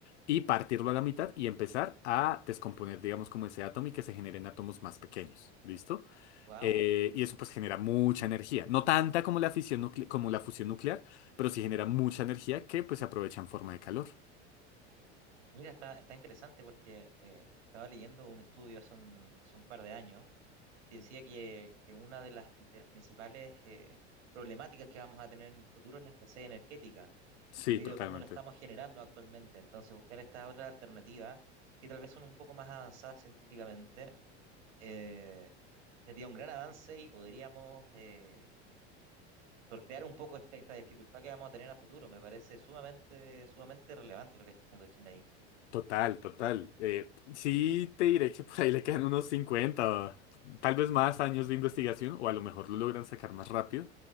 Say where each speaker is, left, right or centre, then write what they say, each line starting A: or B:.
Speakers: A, on the left; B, on the right.
A: Y partirlo a la mitad y empezar a descomponer, digamos, como ese átomo y que se generen átomos más pequeños. ¿Listo?
B: wow.
A: Eh, y eso pues genera mucha energía. No tanta como la fisión nucle- como la fusión nuclear, pero sí genera mucha energía que pues se aprovecha en forma de calor.
B: Mira, está, está interesante porque eh, estaba leyendo un estudio hace un, hace un par de años que decía que, que una de las, de las principales eh, problemáticas que vamos a tener en el futuro es la escasez energética,
A: Sí,
B: debido
A: totalmente.
B: a cómo la estamos generando actualmente. Entonces, buscar estas otras alternativas, que tal vez son un poco más avanzadas científicamente, eh, sería un gran avance y podríamos eh, sortear un poco este- esta dificultad que vamos a tener a futuro. Me parece sumamente, sumamente relevante lo que está haciendo China ahí.
A: Total, total. Eh, sí te diré que <laughs> por ahí le quedan unos 50, tal vez más años de investigación, o a lo mejor lo logran sacar más rápido,